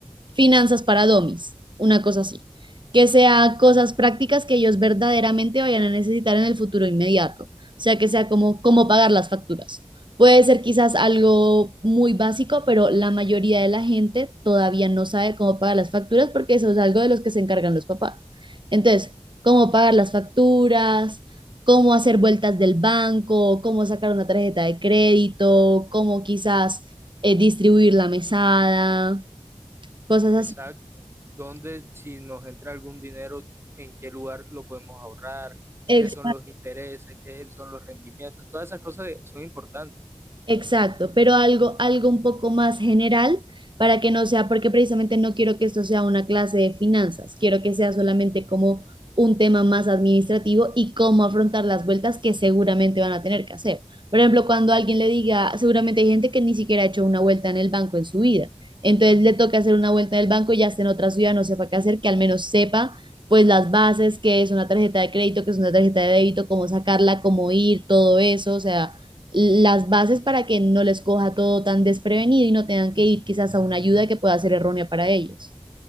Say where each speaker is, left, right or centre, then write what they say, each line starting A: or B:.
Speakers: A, on the right; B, on the right.
A: finanzas para domis, una cosa así, que sea cosas prácticas que ellos verdaderamente vayan a necesitar en el futuro inmediato, o sea, que sea como cómo pagar las facturas. Puede ser quizás algo muy básico, pero la mayoría de la gente todavía no sabe cómo pagar las facturas porque eso es algo de los que se encargan los papás. Entonces, cómo pagar las facturas, cómo hacer vueltas del banco, cómo sacar una tarjeta de crédito, cómo quizás eh, distribuir la mesada, cosas así.
B: Exacto. ¿Dónde, si nos entra algún dinero, en qué lugar lo podemos ahorrar?
A: Exacto,
B: ¿Qué son los intereses? ¿Qué son los rendimientos? Todas esas cosas son importantes.
A: exacto, pero algo, algo un poco más general para que no sea, porque precisamente no quiero que esto sea una clase de finanzas, quiero que sea solamente como un tema más administrativo y cómo afrontar las vueltas que seguramente van a tener que hacer. Por ejemplo, cuando alguien le diga, seguramente hay gente que ni siquiera ha hecho una vuelta en el banco en su vida, entonces le toca hacer una vuelta en el banco y ya esté en otra ciudad, no sepa qué hacer, que al menos sepa pues las bases, qué es una tarjeta de crédito, qué es una tarjeta de débito, cómo sacarla, cómo ir, todo eso, o sea las bases para que no les coja todo tan desprevenido y no tengan que ir quizás a una ayuda que pueda ser errónea para ellos.